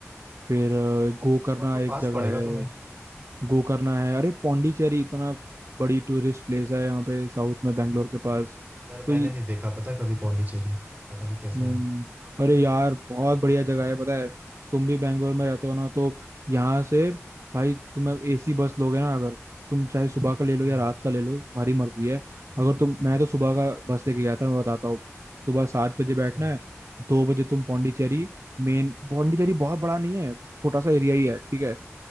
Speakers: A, on the right; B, on the right.
A: फिर अ, गोकर्णा
B: गोवा तो
A: एक
B: पास
A: जगह
B: पड़ेगा
A: है
B: तुम्हें
A: गोकर्णा है अरे पौंडीचेरी इतना बड़ी टूरिस्ट प्लेस है यहाँ पे साउथ में बैंगलोर के पास
B: यार मैंने
A: तो
B: नहीं देखा पता है कभी पौंडीचेरी पता नहीं
A: हम्म
B: कैसा है
A: अरे यार बहुत बढ़िया जगह है पता है तुम भी बैंगलोर में रहते हो ना तो यहाँ से भाई तुम्हें एसी बस लोगे ना अगर तुम चाहे सुबह का ले लो
B: हम्म,
A: या रात का ले लो तुम्हारी मर्जी है अगर तुम मैं तो सुबह का बस लेके गया था मैं बताता हूँ सुबह सात बजे
B: अच्छा
A: बैठना है दो बजे तुम पौंडीचेरी मेन पौंडीचेरी बहुत बड़ा नहीं है छोटा सा एरिया ही है ठीक है